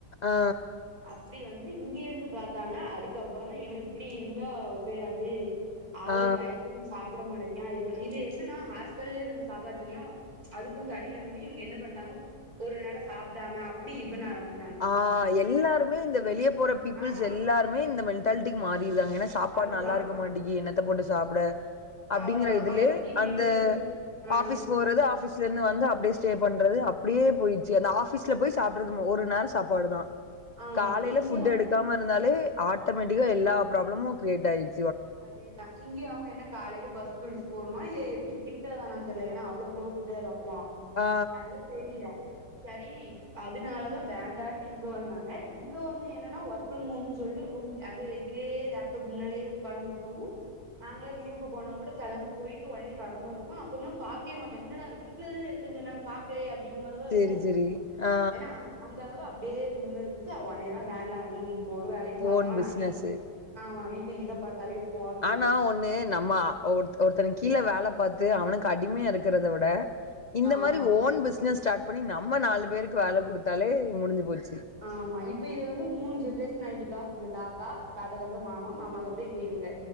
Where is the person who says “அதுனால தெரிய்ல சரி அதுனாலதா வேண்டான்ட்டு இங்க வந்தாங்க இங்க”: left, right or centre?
Right